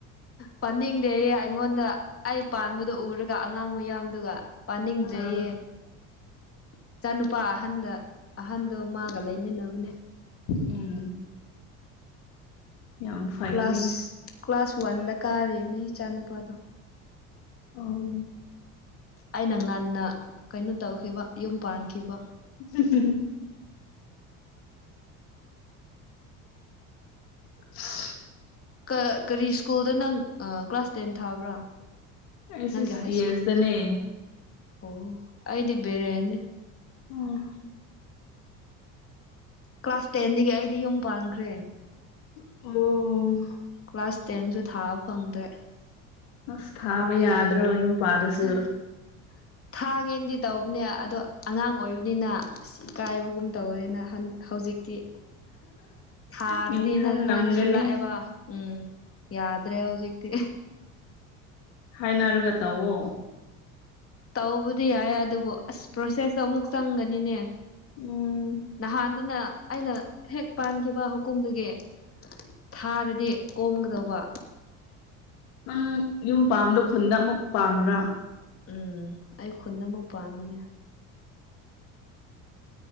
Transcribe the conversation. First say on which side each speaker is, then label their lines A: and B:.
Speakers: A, on the left; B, on the left.
A: ꯄꯥꯅꯤꯡꯗꯦꯌꯦ ꯑꯩꯉꯣꯟꯗ ꯑꯩ ꯄꯥꯟꯕꯗꯨ ꯎꯔꯒ ꯑꯉꯥꯡ ꯃꯌꯥꯝꯗꯨꯒ ꯄꯥꯟꯅꯤꯡꯗ꯭ꯔꯦꯌꯦ
B: ꯑꯥ
A: ꯏꯆꯥꯅꯨꯄꯥ ꯑꯍꯟꯗ ꯑꯍꯟꯗꯣ ꯃꯥꯒ ꯂꯩꯃꯤꯟꯅꯕꯅꯦ
B: ꯎꯝ ꯌꯥꯝ ꯐꯩꯅꯦ
A: ꯀ꯭ꯂꯥꯁ ꯀ꯭ꯂꯥꯁ ꯋꯥꯟꯗ ꯀꯥꯔꯤꯕꯅꯤ ꯏꯆꯥ ꯅꯨꯨꯄꯥꯗꯣ
B: ꯑꯧ
A: ꯑꯩꯅ ꯉꯟꯅ ꯀꯩꯅꯣ ꯇꯧꯈꯤꯕ ꯌꯨꯝ ꯄꯥꯟꯈꯤꯕ
B: ꯍꯝ ꯍꯝ <inaudible>
A: ꯀ ꯀꯔꯤ ꯁ꯭ꯀꯨꯜꯗ ꯅꯪ ꯑ ꯀ꯭ꯂꯥꯁ ꯇꯦꯟ ꯊꯥꯕ꯭ꯔꯥ
B: ꯑꯩꯁꯨ
A: ꯅꯪꯒꯤ
B: ꯁꯤ
A: ꯍꯥꯏ ꯁ꯭ꯀꯨꯜ
B: ꯑꯦꯁꯇꯅꯦ
A: ꯑꯣ ꯑꯩꯗꯤ ꯕꯦꯔꯦꯟꯅꯦ
B: ꯎꯝ
A: ꯀ꯭ꯂꯥꯁ ꯇꯦꯟꯗꯒꯤ ꯑꯩꯗꯤ ꯌꯨꯝ ꯄꯥꯟꯈ꯭ꯔꯦ
B: ꯑꯣ
A: ꯀ꯭ꯂꯥꯁ ꯇꯦꯟꯁꯨ ꯊꯥꯕ ꯐꯪꯗ꯭ꯔꯦ
B: ꯑꯁ ꯊꯥꯕ ꯌꯥꯗ꯭ꯔꯣ ꯌꯨꯝ ꯄꯥꯜꯂꯁꯨ
A: <unintelligible> ꯊꯥꯒꯦꯅꯗꯤ ꯇꯧꯕꯅꯦ ꯑꯗꯣ ꯑꯉꯥꯡ ꯑꯣꯏꯕꯅꯤꯅ ꯑꯁ ꯏꯀꯥꯏꯕꯒꯨꯝ ꯇꯧꯋꯦꯅ ꯍꯧꯖꯤꯛ ꯏ ꯊꯥꯔꯗꯤꯅ
B: ꯅꯤꯡꯍꯜꯂꯝꯒꯅꯤ
A: ꯑꯗꯨꯃꯥꯏꯅ ꯈꯜꯂꯛꯑꯦꯕ ꯎꯝ ꯌꯥꯗ꯭ꯔꯦ ꯍꯧꯖꯤꯛꯇꯤ
B: ꯍꯥꯏꯅꯔꯒ ꯇꯧꯋꯣ
A: ꯇꯧꯕꯗꯤ ꯌꯥꯏ ꯑꯗꯨꯕꯨ ꯑꯁ ꯄ꯭ꯔꯣꯁꯦꯁꯇꯣ ꯑꯃꯨꯛ ꯆꯪꯒꯅꯤꯅꯦ
B: ꯎꯝ
A: ꯅꯍꯥꯟꯗꯨꯅ ꯑꯩꯅ ꯍꯦꯛ ꯄꯥꯟꯈꯤꯕ ꯍꯀꯨꯝꯗꯨꯒꯤ ꯊꯥꯔꯗꯤ ꯀꯣꯝꯒꯗꯧꯕ
B: ꯅꯪ ꯌꯨꯝ ꯄꯥꯝꯕꯗꯣ ꯈꯨꯟꯗ ꯑꯃꯨꯛ ꯄꯥꯝꯕ꯭ꯔꯥ
A: ꯎꯝ ꯑꯩ ꯈꯨꯟꯗ ꯑꯃꯨꯛ ꯄꯥꯟꯕꯅꯦ